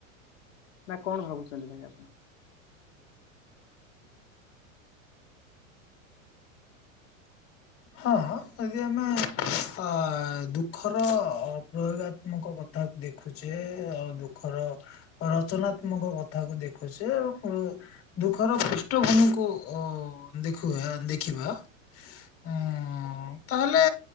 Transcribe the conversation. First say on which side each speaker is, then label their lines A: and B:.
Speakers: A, on the left (about 70°); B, on the left (about 35°).
A: ନା କଣ ଭାବୁଚନ୍ତି ଭାଇ ଆପଣ?
B: ହଁ ଯଦି ଆମେ ଆ ଦୁଃଖର ପ୍ରୟୋଗାତ୍ମକ କଥାକୁ ଦେଖୁଛେ ଆଉ ଦୁଃଖର ରଚନାତ୍ମକ କଥାକୁ ଦେଖୁଚେ ଏବଂ ଦୁଃଖର ପୃଷ୍ଠଭୂମିକୁ ଦେଖୁ ଦେଖିବା। ଉଁ ତାହେଲେ